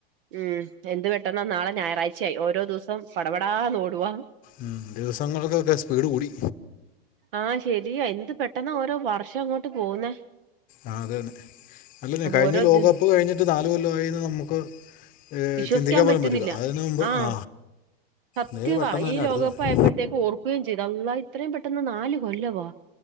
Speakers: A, on the right (about 60°); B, on the left (about 25°).
A: ഉം എന്ത് പെട്ടെന്നാ നാളെ ഞായറാഴ്ചയായി ഓരോ ദിവസം പടപടാ ഓടുവാ
B: ഉം ദിവസങ്ങൾക്കൊക്കെ സ്പീട് കൂടി
A: ആഹ് ശെരിയാ എന്ത് പെട്ടെന്നാ ഓരോ വർഷം അങ്ങോട്ട് പോകുന്നെ
B: ആഹ് അതെ അതെ അല്ലന്നെ കഴിഞ്ഞ
A: ഓരോ
B: ലോകകപ്പ്
A: ദി
B: കഴിഞ്ഞിട്ട് നാല് കൊല്ലായിന്ന് നമുക്ക് ഏ,
A: വിശ്വസിക്കാൻ
B: ചിന്തിക്കാൻ പോലും
A: പറ്റുന്നില്ല
B: പറ്റില്ല അതിനു മുമ്പ്
A: ആഹ്
B: ആ
A: സത്യവാ
B: നേരെ പെട്ടെന്ന് തന്നെ
A: ഈ ലോകകപ്പ്
B: അടുത്ത് വന്നു
A: ആയപ്പോഴത്തേക്ക് ഓർക്കുകയും ചെയ്തു അള്ളാ ഇത്രയും പെട്ടെന്ന് നാല് കൊല്ലവാ